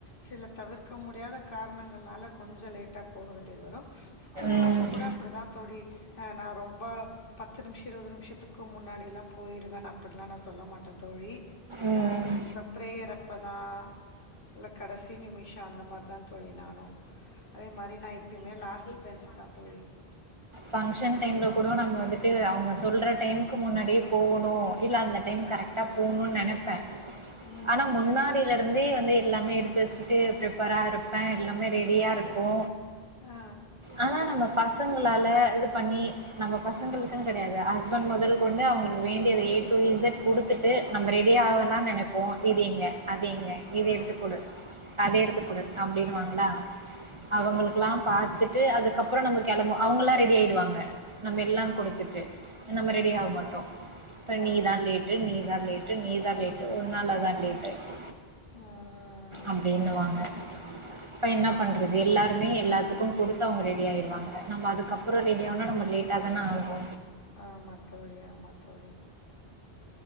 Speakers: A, on the left; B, on the right.
A: சில தவிர்க்க முடியாத காரணங்களனால கொஞ்சம் லேட்டா போக வேண்டியது வரும் ஸ்கூல்
B: ம்.
A: அப்ப கூட அப்படிதான் தோழி ஆஹ நான் ரொம்ப பத்து நிமிஷம் இருபது நிமிஷத்துக் இதுக்கு முன்னாடி போய்டுவேன் அப்டி நான் சொல்ல மாட்டேன்தோழி
B: ம்.
A: பிரேயர் அப்ப தான் கடைசி நிம்ஷிம் அந்த மாதிரி ந நா எப்பையுமே லாஸ்ட் பென்ஞ் தான் தோழி
B: பங்க்ஷன் டைம்ல கூட நம்ம வந்துட்டு அவங்க சொல்ற டைமுக்கு முன்னாடியே போகணும் இல்ல அந்த டைம் கரெக்டா போகணும்னு நினைப்பேன்
A: ம்
B: ஆனா முன்னாடியில இருந்தே வந்து எல்லாமே எடுத்து த வச்சுட்டு ப்ரிப்பேரா இருப்பே எல்லாமே ரெடியா இருக்கு
A: ஆ
B: ஆனா நம்ம பசங்ள த இது பண்ணி நம்ம பசங்களுக்குனு கெடையாது ஹஸ்பண்ட் மொதல் கொண்டு அவங்களுக்கு வேண்டியத எ டு இசட் குடுத்துட்டு நம்ம ரெடியா ஆவலானு நெனப்போ இது எங்க அது எங்க இது எடுத்துக்குடு அத எடுத்துக்குடு அப்டினுவாங்களா
A: ம்
B: அவங்களுக்குலா பாத்துட்டு அதுக்கப்றோ நம்ம கெளம்புவோ அவங்கல்லா ரெடி ஆய்டுவாங்க நம்ம எல்லா
A: ஆமா
B: குடுத்துட்டு
A: பிளேட்லா
B: நம்ம ரெடி ஆவ மாட்டோ அப்ற நீதா
A: ஆமா உண்ம
B: லேட்டு
A: தோ
B: நீ தா லேட்டு டு நீ தா லேட்டு உன்னாலதா லேட் ஆய்ட்டு
A: ஆ
B: அப்டினுவாங்க இப்ப என்ன பண்றது எல்லாருமே எல்லாத்துக்கு குடுத்தவங்க ரெடி ஆய்ருவாங்க நம்ம அதுக்கப்றோ ரெடி ஆனா நம்ம லேட்டா தான ஆகு
A: ஆமா தோழி ஆமா தோழி